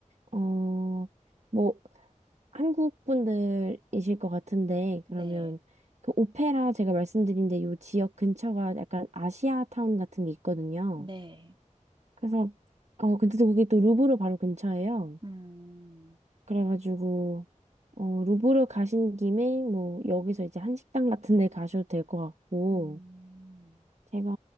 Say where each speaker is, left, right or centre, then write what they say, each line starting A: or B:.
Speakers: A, on the right; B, on the right.
A: 어, 뭐, 한국 분들이실 것 같은데,
B: 네.
A: 그러면 그 오페라 제가 말씀드린 데요 지역 근처가 약간 아시아 타운 같은 게 있거든요.
B: 네.
A: 그래서 어 근데 또 거기 또 루브르 바로 근처예요.
B: 음,
A: 그래가지고 어 루브르 가신 김에 뭐 여기서 이제 한식당 같은 데 가셔도 될 것 같고
B: 음.
A: 제가